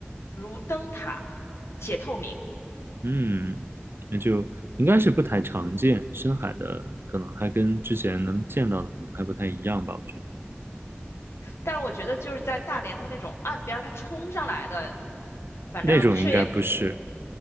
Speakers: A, on the left; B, on the right.
A: 如灯塔，且透明。
B: 嗯，那就应该是不太常见，深海的可能还跟之前能见到的可能还不太一样吧，我觉得
A: 但是我觉得就是在大连的那种岸边儿，它冲上来的，反正这也
B: 那种应该不是。